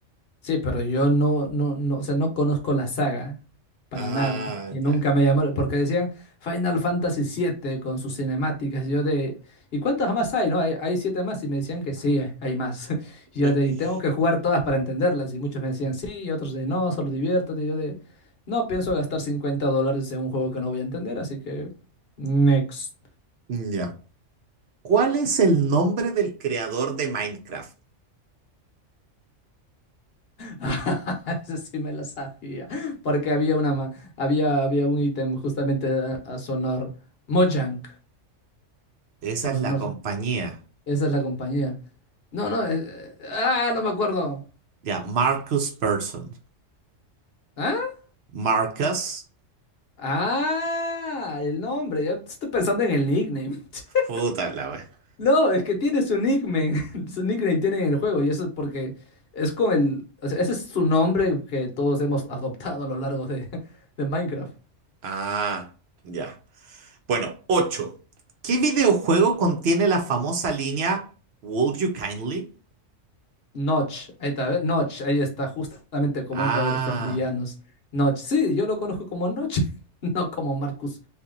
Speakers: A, on the left; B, on the right.
A: Sí, pero yo no, no, no, o sea, no conozco la saga para
B: Ah,
A: nada y nunca
B: ya.
A: me llamó, porque decían Final Fantasy siete con sus cinemáticas, y yo de, ¿y cuántas más hay? ¿No? Hay, hay siete más y me decían que sí, eh, hay más. <laughs> Y yo
B: <laughs>
A: de, y tengo que jugar todas para entenderlas y muchos me decían sí y otros de, no, solo diviértete, y yo de, no pienso gastar 50 dólares en un juego que no voy a entender, así que next.
B: Mm, Ya. ¿Cuál es el nombre del creador de Minecraft?
A: <laughs> Ese sí me la sabía, porque había una ma- había, había un ítem justamente a, a sonor Mojang,
B: Esa
A: pero
B: es
A: no,
B: la
A: s-
B: compañía.
A: esa es la compañía. No, no, eh, eh, ah, no me acuerdo.
B: Ya, Marcus Person.
A: ¿Ah?
B: Marcus.
A: Ah, el nombre, yo estoy pensando en el nickname. <laughs>
B: Puta la wea.
A: No, es que tiene su nickname, <laughs> su nickname tiene en el juego, y eso es porque es con el, o sea, ese es su nombre que todos hemos adoptado a lo largo de, <laughs> de Minecraft.
B: Ah, ya. Bueno, 8. ¿Qué videojuego contiene la famosa línea Would you kindly?
A: Notch, ahí está, ¿ve? Notch, ahí está, justamente como
B: Ah,
A: uno de los dos villanos. Notch, sí, yo lo conozco como Notch, <laughs> no como Marcus